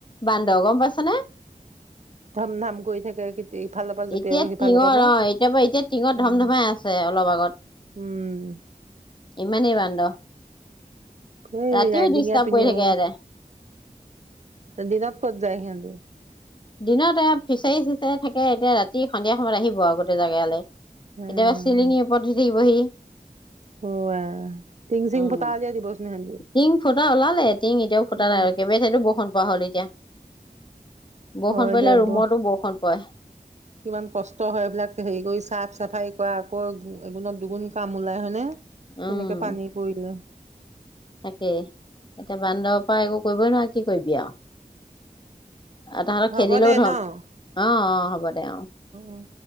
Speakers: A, on the left; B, on the right.
A: বান্দৰ, গম পাইচা নে।
B: ধাম ধাম কই থাকে ইফালৰ পৰা জঁপিয়াব
A: এতিয়া
B: সিফালৰ
A: টিঙৰ
B: পৰা ন।
A: অঁ, এতিয়া পৰা এতিয়া টিঙত ধম
B: অ',
A: ধমাই আছে অলপ আগত,
B: উম
A: ইমানেই বান্দৰ,
B: এই
A: ৰাতিও
B: ৰাইডিঙে
A: ডিষ্টাৰ্ব
B: পিনেও
A: কৰি থাকে সিহঁতে।
B: দিনত ক'ত যায় সিহঁতি
A: দিনত এ ফিচাৰি চিচাৰি থাকে, এতিয়া ৰাতি সন্ধিয়া সময়ত আহিব আৰু গোটেই যাক ইয়ালে। কেতিয়াবা
B: উম,
A: চিলিঙিৰ ওপৰত উঠি থাকিবহি,
B: হোৱা টিং চিং
A: উম।
B: ফুটা উলিয়াই দিবচোন সিহঁতি।
A: টিং ফুটা ওলালে, টিং এতিয়াও ফুটা
B: উম,
A: নাই আৰু কেইবে থাইতো বৰষুন পৰা হ'ল এতিয়া। বৰষুণ
B: হয়
A: পৰিলে
B: দে
A: ৰুমতো
B: ব
A: বৰষুণ পৰে।
B: কিমান কষ্ট হয় এইবিলাক হেৰি কৰি চাফ চাফাৰী কৰা আকৌ এগুণত দুগুণ কাম ওলাই হয়নে।
A: উম
B: তেনেকে পানী পৰিলে
A: তাকেই এতিয়া বান্দৰৰ পৰা একো কৰিবই নোৱাৰ, কি কৰিবি আৰু। তাহতক
B: হ'ব
A: খেদিলেও
B: দে
A: ধৰ,
B: ন অ',
A: অঁ -অঁ হ'ব দে অ।
B: অ'।